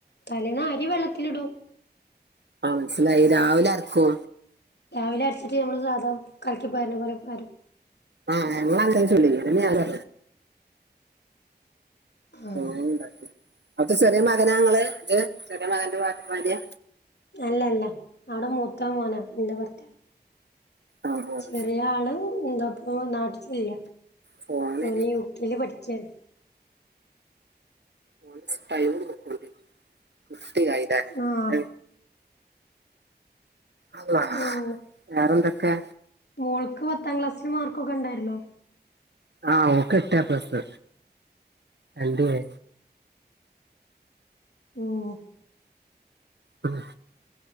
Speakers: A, on the left; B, on the right.
A: തലേന അരി വെള്ളത്തിലിടൂ
B: ആഹ് മനസ്സിലായി രാവിലെ അരക്കോ
A: രാവിലെ അരച്ചിട്ട് നമ്മള് സാധാ കലിക്കിപ്പാരന പോലെ പരും-
B: ആഹ് ഞങ്ങങ്ങളാനെതന്നെ ചുടൽ അതാ ഞാ പറഞ്ഞ
A: ആഹ്
B: ഓരോന്നണ്ടാകും അപ്പൊ ചെറിയ മകനങ്ങള് ഇത് ചെറിയ മകന്റെ ഭാര്യ?
A: അല്ല അല്ല അവടെ മൂത്താമോനാ എന്റെ ഭർത്താവ്.
B: ആഹ് ആഹ്
A: ചെറിയ ആള് എന്താപ്പൊ നാട്ടിലില്ല
B: ഫോണിന്
A: ഓന് യു കെല് പഠിച്ചണ്.
B: ഓല് ടൈമ് നോക്കുലേ കുട്ടിയായിലേ
A: ആഹ്
B: എ അല്ലാ
A: പിന്നെ
B: വേറെന്തൊക്കെ?
A: മോൾക്ക് പത്താം ക്ലാസ്സില് മാർക്കൊക്കെ ഉണ്ടായിുന്നോ?
B: ആഹ് ഓക്ക് എട്ട് എപ്ലസ് രണ്ട് എ.
A: ഓഹ്
B: ഉം.